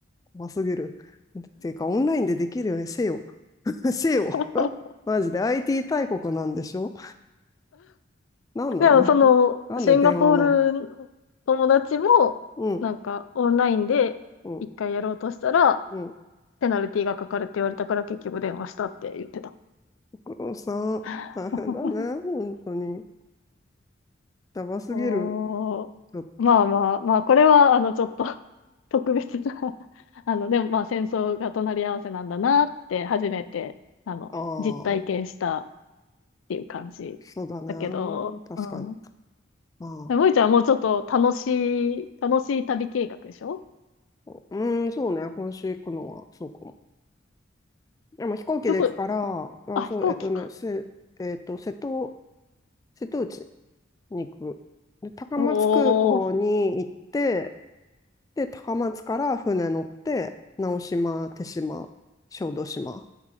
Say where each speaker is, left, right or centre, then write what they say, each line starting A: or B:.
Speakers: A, on the left; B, on the left.
A: 怖すぎる。っていうか、オンラインでできるよね、せよ。<laughs> せよ。
B: <laughs>
A: <laughs> マジで IT 大国なんでしょなんなの
B: でも、
A: <laughs>
B: その、
A: なんで電話なん
B: シンガポールの友達も、
A: うん、
B: なんか、オンラインで一回やろうとしたら、
A: うん、うん、うん。
B: ペナルティがかかるって言われたから結局電話したって言ってた。
A: ご苦労さん、
B: <laughs>
A: 大変だね、本当に。やばすぎる。
B: おー、
A: ちょっと、
B: まあまあまあ、これは、あの、ちょっと <laughs> 特別な <laughs> あの、でもまあ、戦争が隣り合わせなんだなって、初めて、あの、
A: ああ、
B: 実体験したっていう感じだけど、
A: そうだね。確かに。
B: うん。
A: ああ、
B: でもいちゃんはもうちょっと楽しい、楽しい旅計画でしょ
A: うーん、そうね、今週行くのは、そうかも。でも飛行機で行くから、
B: どこ、
A: まあ、
B: あ、
A: そう、
B: 飛行機か。
A: えっとね、せ、えっと、瀬戸、瀬戸内に行く。で、高松空港に行って、
B: おー、
A: で、高松から船乗って、直島、手島、小豆島。